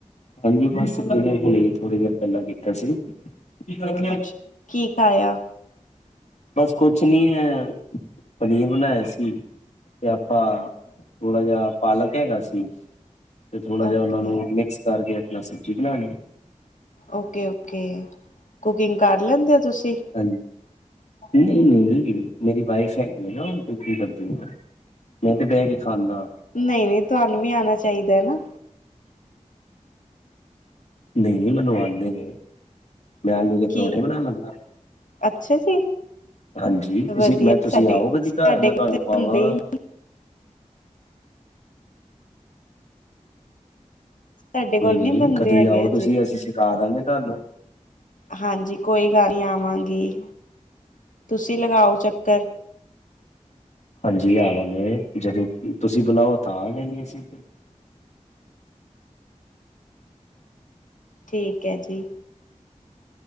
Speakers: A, on the left; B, on the left.
A: ਹਾਂਜੀ ਬਸ, ਡਿਨਰ ਹੁਣੇ ਥੋੜੀ ਦੇਰ ਪਹਿਲਾ ਕੀਤਾ ਸੀ। ਕੀ ਕਰਨੈ?
B: ਅੱਛਾ ਕੀ ਖਾਇਆ
A: ਬਸ ਕੁਛ ਨੀ ਐ, ਪਨੀਰ ਬਣਾਇਆ ਸੀ। ਤੇ ਆਪਾ, ਥੋੜਾ ਜਾ ਪਾਲਕ ਹੈਗਾ ਸੀ। ਤੇ ਥੋੜਾ ਜਾ
B: ਓਕੇ
A: ਉਹਨਾ ਨੂੰ, ਮਿਕਸ ਕਰਕੇ ਆਪਣਾ ਸਬਜ਼ੀ ਬਣਾਲੀ।
B: ਓਕੇ-ਓਕੇ, ਕੁਕਿੰਗ ਕਰ ਲੈਂਦੇ ਓ ਤੁਸੀ।
A: ਹਾਂਜੀ, ਨਹੀਂ-ਨਹੀਂ, ਮੇਰੀ ਵਾਇਫ ਹੈਗੀ ਐਨਾ ਓ ਕੁਕਿੰਗ ਕਰਦੀ ਏ। ਮੈਂ ਤੇ ਬਹਿਕੇ ਖਾਂਨਾ।
B: ਨਹੀਂ-ਨਹੀਂ, ਤੁਹਾਨੂੰ ਵੀ ਆਣਾ ਚਾਹੀਦਾ ਐ ਨਾ।
A: ਨਹੀਂ-ਨਹੀਂ ਮੈਨੂੰ ਆਂਦੇ ਨੇ, ਮੈਂ ਆਲੂ ਦੇ
B: ਕੀ
A: ਪਰੌਂਠੇ ਬਣਾ ਲੈਂਦਾ।
B: ਅੱਛਾ ਜੀ!
A: ਹਾਂਜੀ ਤੁਸੀਂ
B: ਵਧੀਆ,
A: ਮੈਂ ਤੁਸੀਂ
B: ਸਾਡੇ,
A: ਆਓ ਕਦੀ
B: ਸਾਡੇ
A: ਘਰ ਮੈਂ ਤੁਹਾਨੂੰ
B: ਬਣਦੇ
A: ਖਵਾਵਾਂਗਾ
B: ਈ ਨ ਸਾਡੇ
A: ਕੋਈ
B: ਕੋਲ
A: ਨਈ
B: ਨੀ ਬੰਦੇ
A: ਕਦੀ
B: ਹੈਗੇ
A: ਆਓ
B: ਹਜੇ
A: ਤੁਸੀਂ ਅਸੀਂ ਸਿਖਾਦਾਗੇ ਤਾਨੂੰ।
B: ਹਾਂਜੀ ਕੋਈ ਗੱਲ ਨਈ ਆਵਾਂਗੀ, ਤੁਸੀਂ ਲਗਾਓ ਚੱਕਰ।
A: ਹਾਂਜੀ ਆਵਾਂਗੇ, ਜਦੋਂ ਤੁਸੀਂ ਬੁਲਾਓ ਤਾਂ ਆਜਾਗੇ ਅਸੀਂ।
B: ਠੀਕ ਐ ਜੀ।